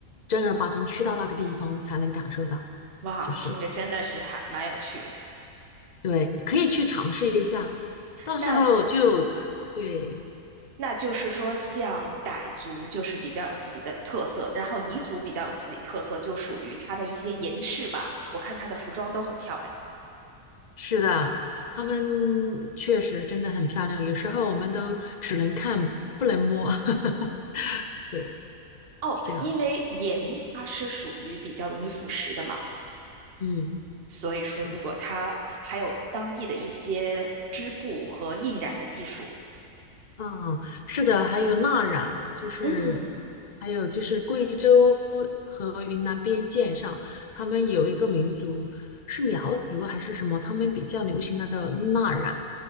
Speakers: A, on the left (about 40°); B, on the right (about 45°).
A: 正儿八经去到那个地方才能感受到，
B: 哇，
A: 就是
B: 听着真的是还蛮有趣的。
A: 对，可以去尝试一下，到时候就对。
B: 那那就是说，像傣族就是比较有自己的特色，然后彝族比较有自己特色，就属于它的一些银饰吧。
A: 嗯
B: 我看它的服装都很漂亮。
A: 是的，他们确实真的很漂亮，有时候我们都只能看不能摸，<laughs> 对，
B: 哦，
A: 是这样子。
B: 因为银它是属于比较容易腐蚀的嘛。
A: 嗯，
B: 所以说，
A: 是，
B: 如果它还有当地的一些织布和印染的技术，
A: 嗯，是的，还有蜡染，就是
B: 嗯，
A: 还有就是贵州和云南边界上，他们有一个民族是苗族还是什么，他们比较流行那个蜡染。